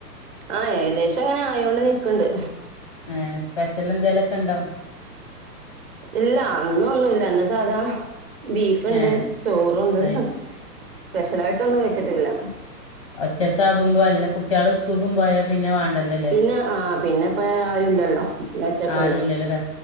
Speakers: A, on the right (about 35°); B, on the left (about 20°).
A: ആഹ് ഏകദേശം അങ്ങനെ ആ യോണ്ട് നിക്കണ്ട്.
B: ഏഹ് സ്പെഷ്യൽ എന്തേലുക്കെ ഇണ്ടോ
A: ഇല്ല ഇന്ന് ഒന്നുല്ല ഇന്ന് സാധാ ബീഫ്ണ്ട്
B: ഏഹ്
A: ചോറുണ്ട്
B: അയ്
A: സ്പെഷ്യലായിട്ടൊന്നും വെച്ചിട്ടില്ല
B: ഒറ്റക്ക ആകുമ്പോ എല്ലാ കുട്ടിയള് സുകുക്കും പോയാ പിന്നെ വേണ്ടല്ലല്ലേ.
A: പിന്നെ ആഹ് പിന്നെപ്പ ആരുല്ലല്ലോ പിന്നെ ഒറ്റക്കല്ലേ
B: ആരുംല്ലല്ലോ